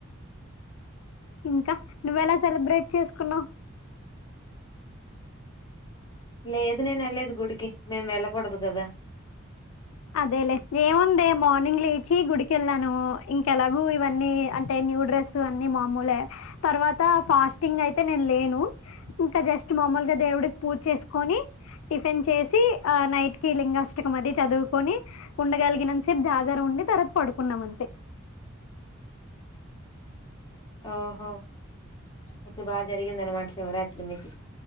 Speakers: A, on the left; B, on the left.
A: ఇంకా నువ్వెలా సెలబ్రేట్ చేసుకున్నావ్
B: లేదు నేను వెళ్లేదు గుడికి మేం వెళ్ళకూడదు కదా
A: అదేలే ఏముందే మార్నింగ్ లేచి గుడికెళ్ళాను ఇంకెలాగూ ఇవన్నీ అంటే న్యూ డ్రెస్ అన్ని మాములే తరువాత ఫాస్టింగ్ అయితే నేను లేను ఇంక జస్ట్ మామూలుగా దేవుడికి పూజ చేసుకొని టిఫిన్ చేసి ఆ నైట్ కి లింగాష్టకం అది చదువ్ కోని ఉండగలిగినంతసేపు జాగరం ఉండి తర్వాత పడుకున్నాం అంతే
B: ఓహో అయితే బాగా జరిగింది అన్నమాట శివరాత్రి మీకు